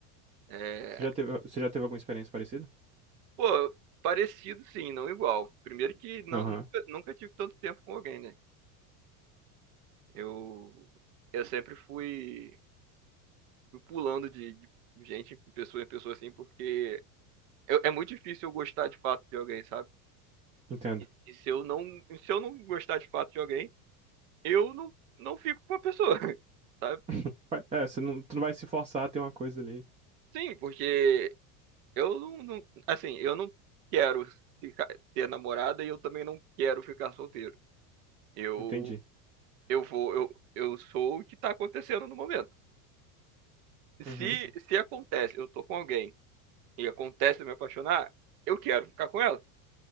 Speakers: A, on the right (about 65°); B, on the right (about 15°).
A: É.
B: Você já teve, você já teve alguma experiência parecida?
A: Pô, parecido sim, não igual. Primeiro que não,
B: Aham,
A: nunca, nunca tive tanto tempo com alguém, né? Eu. Eu sempre fui, fui pulando de de gente, em pessoa em pessoa assim, porque eu- é muito difícil eu gostar de fato de alguém, sabe?
B: entendo.
A: E, e se eu não, se eu não gostar de fato de alguém, eu não, não fico com a pessoa, <laughs> sabe?
B: <laughs> Vai- É, você não, tu não vai se forçar a ter uma coisa ali.
A: Sim, porque eu não, não- assim, eu não quero ficar, ter namorada e eu também não quero ficar solteiro. Eu,
B: Entendi.
A: eu vou, eu, eu sou o que tá acontecendo no momento. Se,
B: Uhum.
A: Uhum. se acontece, eu tô com alguém e acontece de eu me apaixonar, eu quero ficar com ela.